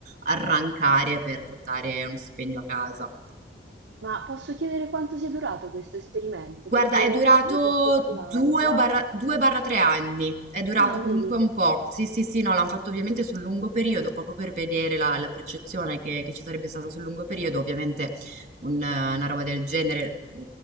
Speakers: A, on the right; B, on the right.
A: arrancare per portare uno stipendio a casa.
B: ma posso chiedere quanto sia durato questo esperimento?
A: Guarda,
B: Perché
A: è durato
B: non ne avevo sentito parlare,
A: due
B: però...
A: o barra, due barra tre anni, è durato
B: Ah,
A: comunque
B: vedi.
A: un po'. Sì, sì, sì, no, l'hanno fatto ovviamente sul lungo periodo, proprio per vedere la, la percezione che, che ci sarebbe stata sul lungo periodo. Ovviamente un, eh, una roba del genere, mh,